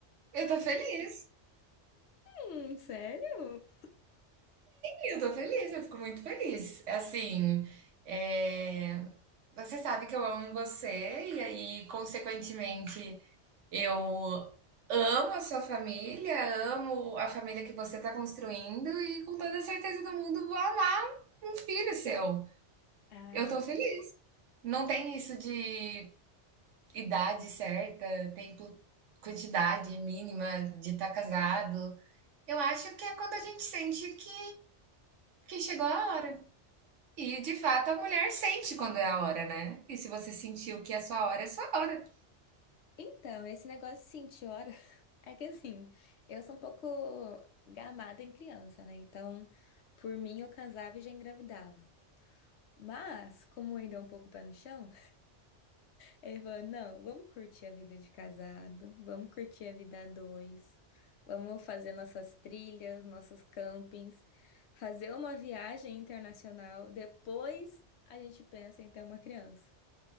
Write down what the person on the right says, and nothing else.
eu tô feliz.
Eu tô feliz, eu fico muito feliz. É Assim, é, você sabe que eu amo você, e aí, consequentemente, eu amo a sua família, amo a família que você tá construindo, e com toda a certeza do mundo vou amar um filho seu.
Eu tô feliz. Não tem isso de Idade certa, tempo quantidade mínima de estar casado. Eu acho que é quando a gente sente que, que chegou a hora. E de fato a mulher sente quando é a hora, né? E se você sentiu que é a sua hora, é a sua hora.